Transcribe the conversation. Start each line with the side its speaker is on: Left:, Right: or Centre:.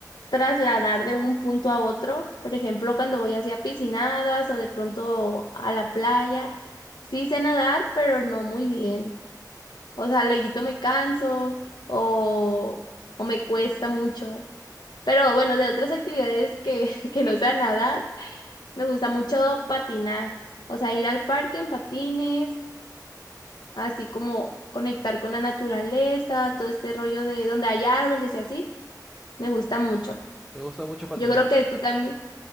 Left: trasladar de un punto a otro, por ejemplo, cuando voy hacia piscinadas o de pronto a la playa, sí sé nadar, pero no muy bien, o sea, luego me canso o, o me cuesta mucho, pero bueno, de otras actividades que, <laughs> que no sea nadar, Me gusta mucho patinar, o sea, ir al parque en patines, así como conectar con la naturaleza, todo este rollo de donde hay árboles y así, me gusta mucho.
Centre: Te gusta mucho patinar.
Left: Yo creo que tú también,